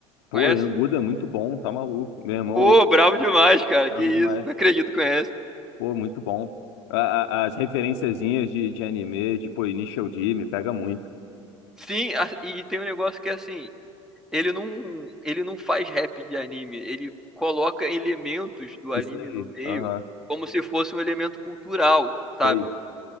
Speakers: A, on the left (about 60°); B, in the centre.
A: Pô,
B: Conhece?
A: Buda é muito bom, tá maluco, meu irmão,
B: Pô,
A: ouve,
B: bravo demais, cara.
A: brabo
B: Que isso,
A: demais.
B: não acredito que conhece.
A: Pô, muito bom. A- a- as referenciazinhas de, de anime, de, pô, Initial D, me pega muito.
B: Sim, a- e tem um negócio que é assim, ele não, ele não faz rap de anime, ele coloca elementos do
A: Isso
B: anime
A: aí,
B: no meio
A: aham,
B: como se fosse um elemento cultural,
A: isso
B: sabe?
A: aí,